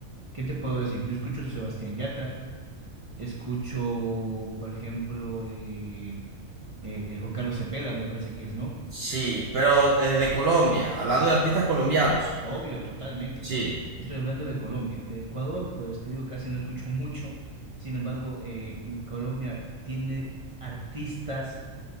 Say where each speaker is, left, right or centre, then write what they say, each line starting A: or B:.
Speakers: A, on the right (about 30°); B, on the right (about 55°).
A: ¿Qué te puedo decir? Yo escucho Sebastián Yatra, escucho, por ejemplo, eh, eh, Juan Carlos Cepeda, me parece que es, ¿no?
B: Sí, pero eh, de Colombia, hablando de artistas colombianos.
A: Obvio, totalmente, o sea,
B: Sí,
A: estoy hablando de Colombia. Ecuador, pues te digo, casi no escucho <laughs> mucho. Sin embargo, eh, Colombia tiene artistas